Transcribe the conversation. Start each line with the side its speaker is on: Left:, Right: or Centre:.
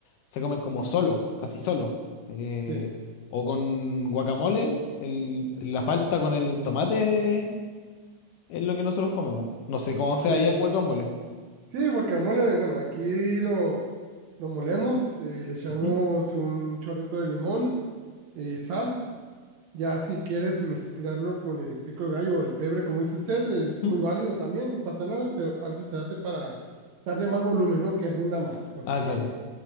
Left: se comen como solo, casi solo. Eh,
Right: Sí.
Left: o con guacamole, el, la palta con el tomate es lo que nosotros comemos. No sé cómo sea
Right: Eh,
Left: ahí el guacamole.
Right: sí, guacamole, bueno, aquí lo, lo molemos, eh, le echamos
Left: Ujú,
Right: un chorrito de limón, eh, sal Ya si quieres mezclarlo con el pico de gallo o el pebre, como dice usted,
Left: ujú.
Right: es muy válido también, no pasa nada, se- a veces se hace para darle más volumen, ¿no? Que rinda más, porque,
Left: Ah, claro.